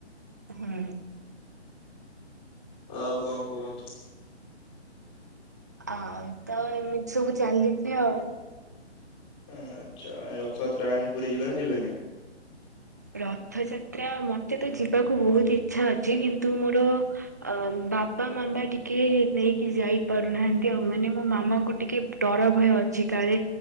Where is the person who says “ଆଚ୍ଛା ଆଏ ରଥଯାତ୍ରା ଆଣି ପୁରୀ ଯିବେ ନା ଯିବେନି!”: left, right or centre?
Left